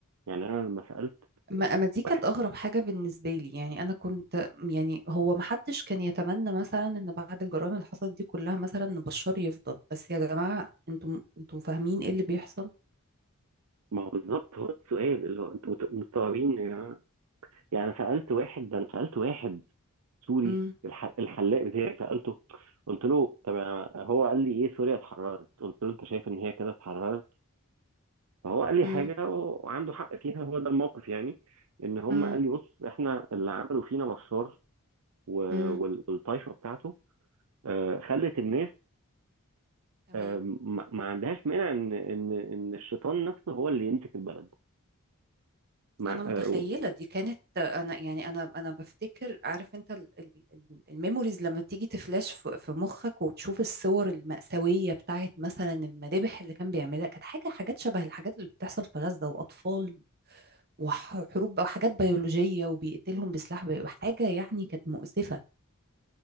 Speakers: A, on the right; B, on the right.
A: يعني انا لما سالت
B: ما ما دي كانت
A: واحد
B: اغرب حاجه بالنسبه لي يعني انا كنت يعني هو ما حدش كان يتمنى مثلا ان بعد الجرائم اللي حصلت دي كلها مثلا ان بشار يفضل بس يا جماعه انتم انتم فاهمين ايه اللي بيحصل
A: ما هو بالظبط هو ده السؤال اللي هو انتوا مت- مستوعبين يا جماعه يعني أنا سالت واحد ده انا سالت واحد سوري
B: امم
A: الح- الحلاق بتاعي سالته قلت له طب أنا- هو قال لي ايه سوريا اتحررت قلت له انت شايف ان هي كده اتحررت فهو قال لي
B: امم
A: حاجة وعنده حق فيها هو ده الموقف يعني ان هم
B: امم
A: قال لي بص احنا اللي عملوا فينا بشار و-
B: امم
A: وال- والطايفة بتاعته آه، خلت الناس
B: تمام
A: آه، ما ما عندهاش مانع ان ان ان الشيطان نفسه هو اللي يمسك البلد مع
B: انا متخيله
A: آه، و-
B: دي كانت انا يعني انا انا بفتكر عارف انت ال- ال- ال- الميموريز لما بتيجي تفلاش في في مخك وتشوف الصور المأساويه بتاعت مثلا المذابح اللي كان بيعملها كانت حاجه حاجات شبه الحاجات اللي بتحصل في غزه واطفال وحروب بقى وحاجات بيولوجية وبيقتلهم بسلاح بي... حاجة يعني كانت مؤسفة